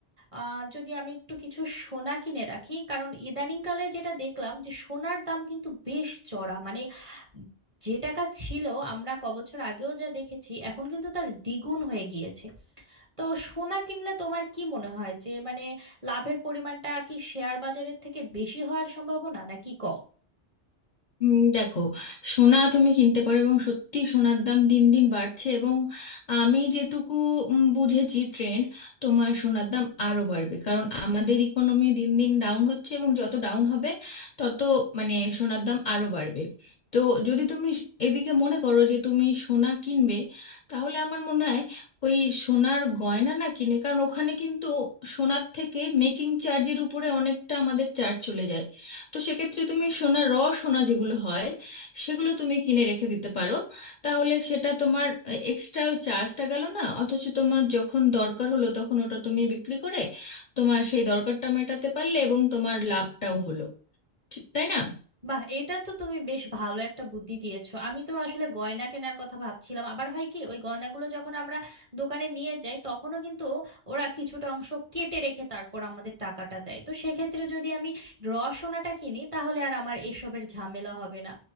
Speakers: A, on the right; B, on the left.
A: আহ যদি আমি একটু কিছু সোনা কিনে রাখি কারণ ইদানিংকালে যেটা দেখলাম যে সোনার দাম কিন্তু বেশ চড়া মানে যে টাকা ছিল আমরা ক বছর আগেও যা দেখেছি এখন কিন্তু তার দ্বিগুণ হয়ে গিয়েছে তো সোনা কিনলে তোমার কি মনে হয় যে মানে লাভের পরিমাণটা কি শেয়ার বাজারের থেকে বেশি হওয়ার সম্ভাবনা নাকি কম
B: উম, দেখো সোনা তুমি কিনতে পারো এবং সত্যি সোনার দাম দিন দিন বাড়ছে এবং আমি যেটুকু উম, বুঝেছি ট্রেন্ড তোমার সোনার দাম আরো বাড়বে কারণ আমাদের ইকোনমি দিন দিন ডাউন হচ্ছে এবং যত ডাউন হবে তত মানে সোনার দাম আরো বাড়বে তো যদি তুমি এদিকে মনে করো যে তুমি সোনা কিনবে তাহলে আমার মনে হয় ওই সোনার গয়না না কিনে কারণ ওখানে কিন্তু সোনার থেকে মেকিং চার্জের উপরে অনেকটা আমাদের চার্জ চলে যায় তো সেক্ষেত্রে তুমি সোনা র সোনা যেগুলো হয় সেগুলো তুমি কিনে রেখে দিতে পারো তাহলে সেটা তোমার এক্সট্রা ওই চার্জটা গেল না অথচ তোমার যখন দরকার হলো তখন ওটা তুমি বিক্রি করে তোমার সেই দরকারটা মেটাতে পারলে এবং তোমার লাভটাও হলো ঠিক তাই না
A: বাহ এটা তো তুমি বেশ ভালো একটা বুদ্ধি দিয়েছো আমি তো আসলে গয়না কেনার কথা ভাবছিলাম আবার হয় কি ওই গয়নাগুলো যখন আমরা দোকানে নিয়ে যাই তখনও কিন্তু ওরা কিছুটা অংশ কেটে রেখে তারপর আমাদের টাকাটা দেয় তো সেক্ষেত্রে যদি আমি র সোনাটা কিনি তাহলে আর আমার এসবের ঝামেলা হবে না